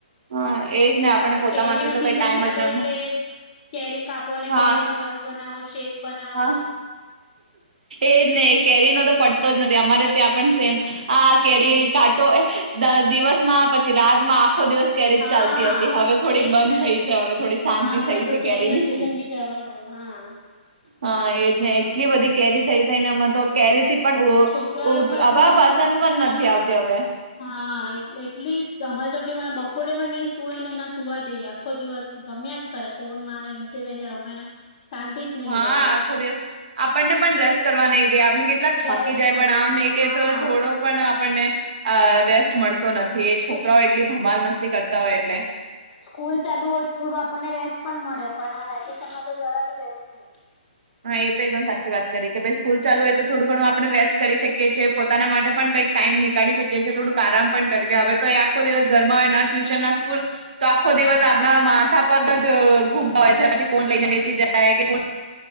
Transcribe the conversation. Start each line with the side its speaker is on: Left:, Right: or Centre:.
Right: હા એજ ને આપણને
Left: પાછો
Right: પોતા
Left: કેરી
Right: માટે
Left: નો
Right: તો
Left: સીઝન
Right: કઈ ટાઈમ
Left: ચાલે
Right: જ ન
Left: એટલે જ કેરી કાપો અને
Right: હા
Left: કેરીનો રસ બનાવો. છે. બનાવો
Right: હા
Left: ને.
Right: એજ નહ કેરીનો તો પડતો જ નથી અમારે ત્યાં પણ સેમ. હ કેરી
Left: એજ
Right: કાટો એ દિવસ પછી રાતમાં આખો દિવસ કેરી
Left: હા
Right: જ ચાલતી હતી હવે થોડીક
Left: એજ
Right: બંધ
Left: ને
Right: થઈ છે હવે થોડી શાંતિ
Left: હા હમણાં
Right: થઈ છે
Left: તો કેરી
Right: કેરીની.
Left: નો સિઝન બી જવાનો હા
Right: હા એજ
Left: એ
Right: ને
Left: તો
Right: એટલી બધી કે રી થઈ થઈ ને મ તો કેરીથી પણ
Left: છોકરા લોકો એટલી
Right: હવે
Left: ધમાલ
Right: વસંત
Left: ચકડી
Right: પણ
Left: હા
Right: નથી આવતી હવે.
Left: હા એટલી અમાલ ચકડીને બપોરે પણ નઈ સુય ને ના સુવા દઈએ આખો દિવસ રમ્યા જ કરે ફોનમાં અને નીચે જઈને રમે ને. શાંતિ જ નહી
Right: હા
Left: એ લોકોને
Right: આખો દિવસ, આપણને પણ રસ કરવા નહી દે આપણે કે પ થાકી
Left: રેસ્ટ
Right: જાય
Left: મળે
Right: પણ આમ
Left: છે
Right: નહી
Left: હા
Right: કે તો થોડો પણ આપણને, રેસ્ટ મળતો નથી. છોકરાઓ
Left: એ
Right: એટલી ધમાલ કરતા હોય એટલે.
Left: સ્કૂલ ચાલુ હોય તો થોડું આપણને રેસ્ટ પણ મળે પણ આ વેકેશનમાં તો જરા બી રેસ્ટ નહી.
Right: હા એ તો એકદમ સાચી વાત કરી કે ભાઈ સ્કૂલ ચાલુ હોય તો થોડું ઘણું આપણે રેસ્ટ કરી શકીએ છીએ પોતાના માટે પણ કંઈક ટાઈમ નીળી શકીએ છીએ થોુંક આરામ પણ કરી લે હવે તો ખ દિવસ ઘરમાં હોય ટ્યુશન ના ૂલ, તો આખો દિવસ આપણા માથા પર જ ઘુમતા હોય છે પછી ફોન લઈને બેસી જાય કે ફ